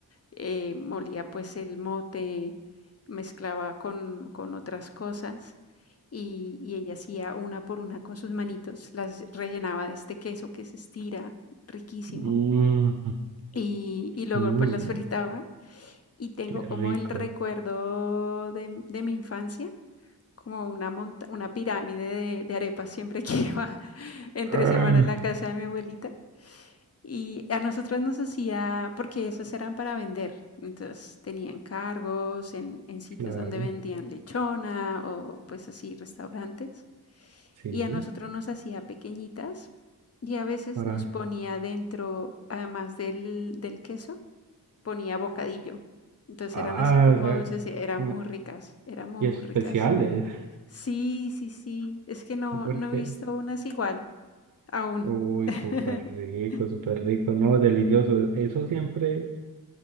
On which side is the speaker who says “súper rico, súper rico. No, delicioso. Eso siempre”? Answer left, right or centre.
Right